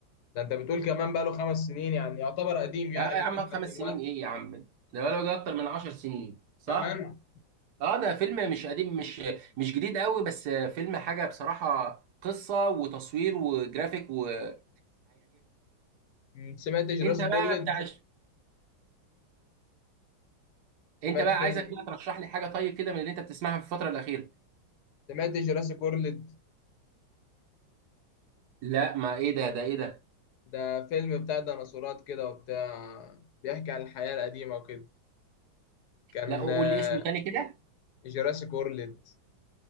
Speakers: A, on the left (about 70°); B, on the right (about 60°).
A: ده انت بتقول كمان بقى له خمس سنين يعني يعتبر قديم يعني
B: يا
A: بالنسبة
B: عم خمس
A: دلوقتي
B: سنين ايه يا عم ده بقاله ده اكتر من عشر سنين صح
A: كمان
B: اه ده فيلم مش قديم مش مش جديد قوي بس فيلم حاجه بصراحه قصه وتصوير وجرافيك وهيعجبك
A: مم، سمعت جراسي
B: انت بقى
A: كورلد
B: بتاع
A: سمعت
B: انت بقى
A: فيلم
B: عايزك بقى ترشح لي حاجه طيب كده من اللي انت بتسمعها في الفتره الاخيره
A: سمعت جراسي كورلد
B: لا ما ايه ده ده ايه ده
A: ده فيلم بتاع ديناصورات كده وبتاع بيحكي عن الحياة القديمة وكده كان
B: لا قول
A: آه،
B: لي اسمه تاني كده
A: جراسي كورلد